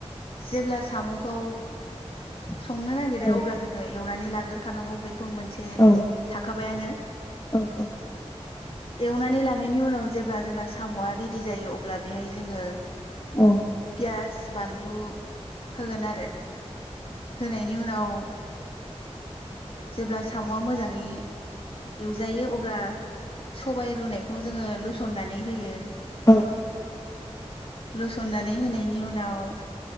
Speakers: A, on the left; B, on the left.
A: जेब्ला साम'खौ संनो नागिरो
B: औ
A: अब्ला जोङो। एवनानै लाग्रोखानांगौ बे थ' मोनसे
B: औ
A: थाखा बायानो
B: औ औ
A: एवनानै लानायनि उनाव जेब्ला जोंना साम'आ रेदि जायो अब्ला बेहाय जोङो
B: औ
A: पियास बानलु होगोन आरो होनायनि उनाव जेब्ला साम'आ मोजाङै एवजायो अब्ला सबाय रुनायखौ जोङो लुसननानै होयो
B: औ
A: लुसननानै होनायनि उनाव